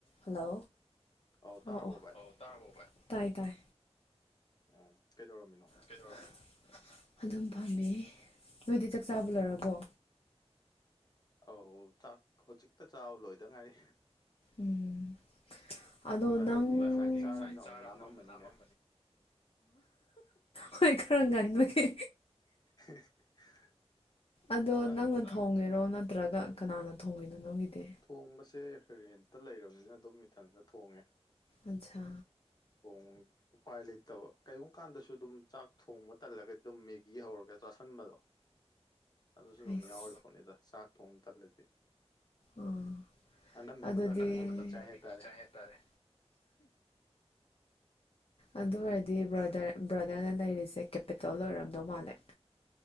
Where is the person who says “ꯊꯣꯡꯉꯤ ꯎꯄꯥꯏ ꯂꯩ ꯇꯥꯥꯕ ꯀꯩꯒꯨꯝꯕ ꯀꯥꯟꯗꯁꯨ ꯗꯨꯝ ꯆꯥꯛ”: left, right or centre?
Left